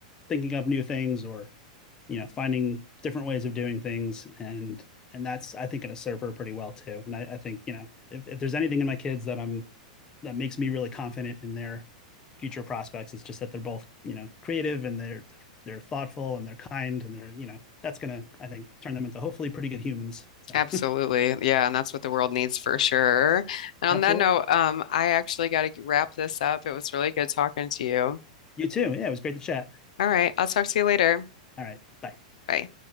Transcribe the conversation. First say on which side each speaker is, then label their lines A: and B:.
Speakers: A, on the left (about 15°); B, on the left (about 75°).
A: thinking up new things or you know finding different ways of doing things and and that's I think going to serve her pretty well too. And I, I think you know if, if there's anything in my kids that I'm that makes me really confident in their future prospects, it's just that they're both you know creative and they're they're thoughtful and they're kind and they're you know that's gonna I think turn them into hopefully pretty good humans. So
B: Absolutely. Yeah, and that's what the world needs for sure. And on
A: absolutely,
B: that note, um, I actually got to wrap this up. It was really good talking to you.
A: you too. Yeah, it was great to chat.
B: All right, I'll talk to you later.
A: All right, bye.
B: Bye.